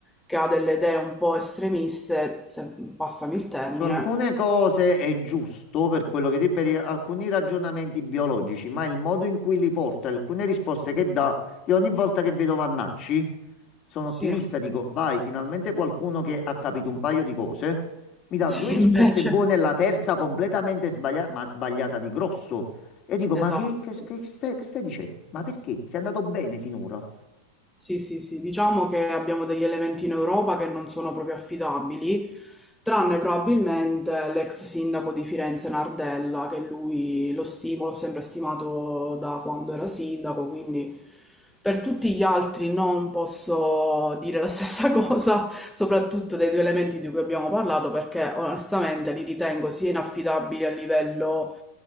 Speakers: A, in the centre; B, on the left.
A: che ha delle idee un po' estremiste, se passami il termine.
B: Su alcune cose è giusto per quello che dici, per i- alcuni ragionamenti biologici, ma il modo in cui li porta, alcune risposte che dà, io ogni volta che vedo Vannacci sono
A: Sì.
B: ottimista, dico, vai, finalmente qualcuno che ha capito un paio di cose, mi dà
A: Sì,
B: due risposte
A: <laughs> invece.
B: buone e la terza completamente sbagliata, ma sbagliata di grosso. E dico, ma
A: Esatto.
B: che, che- che stai, che stai dicendo? Ma perché? Sei andato bene finora.
A: Sì, sì, sì. Diciamo che abbiamo degli elementi in Europa che non sono proprio affidabili, tranne probabilmente l'ex sindaco di Firenze Nardella, che lui lo stimo, l'ho sempre stimato da quando era sindaco, quindi per tutti gli altri non posso dire la stessa <laughs> cosa, soprattutto dei due elementi di cui abbiamo parlato, perché onestamente li ritengo sia inaffidabili a livello